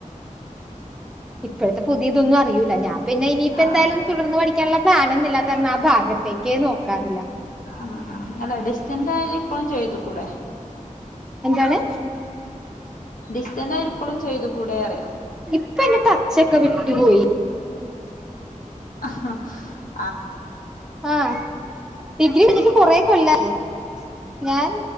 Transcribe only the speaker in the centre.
ഇപ്പോഴത്തെ പുതിയതൊന്നും അറയിൂ ഞാൻപിന്ന ഇനിയിപ്പോ
എന്തായാലും തുടർന്ന് പഠിക്കാനുള്ള പ്ലാൻന്നില്ലത കാരണം ആ ഭാഗത്തേക്ക് നോക്കാറില്ല
എന്താണ്
ഇപ്പ എന്റെ ടച്ചൊക്കെ വിട്ടുപോയി
ആഹ ഡിഗ്രി കഴിഞ്ഞിട്ട് കൊറെ കൊല്ലായി ഞൻ